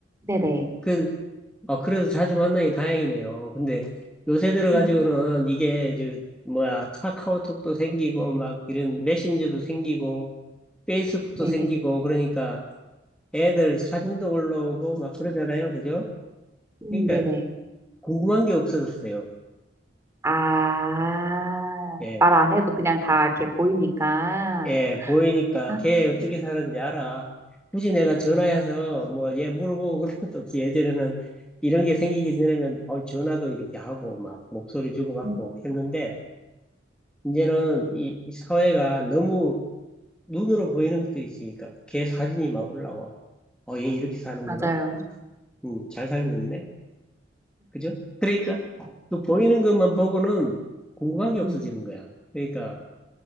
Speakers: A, on the right (about 15°); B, in the centre.
A: 네네,
B: 그, 아, 그래도 자주 만나니 다행이네요. 근데 요새 들어가지고는
A: 음.
B: 이게, 저, 뭐야, 카카오톡도 생기고, 막 이런 메신저도 생기고, 페이스북도
A: 네네.
B: 생기고, 그러니까 애들 사진도 올라오고, 막 그러잖아요. 그죠? 그러니까
A: 음, 네네.
B: 궁금한 게 없어졌어요.
A: 아,
B: 예.
A: 말 안 해도 그냥 다 이렇게 보이니까.
B: 예, 보이니까
A: 아, 음,
B: 걔 어떻게 사는지 알아. 굳이 내가 전화해서 뭐 얘 물어보고 그런 것도 없이 예전에는 이런 게 생기기 전에는 어, 전화도 이렇게 하고 막 목소리 주고받고
A: 음,
B: 했는데 이제는 이, 이 사회가 너무 눈으로 보이는 것들이 있으니까 걔 사진이 막 올라와. 어, 얘 이렇게 사는구나.
A: 맞아요.
B: 음, 잘 살고 있네. 그죠? 그러니까 또 보이는 것만 보고는 궁금한 게
A: 음,
B: 없어지는 거야. 그러니까